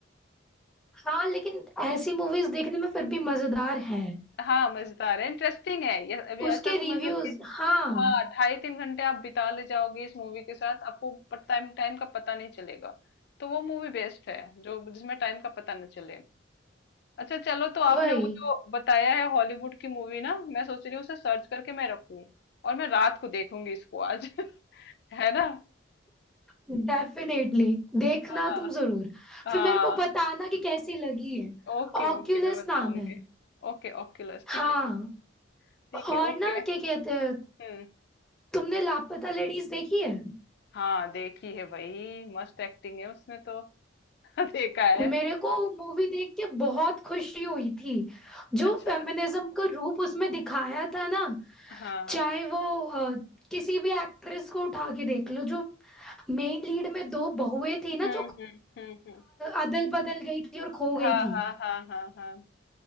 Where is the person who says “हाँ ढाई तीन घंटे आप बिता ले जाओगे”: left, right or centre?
Left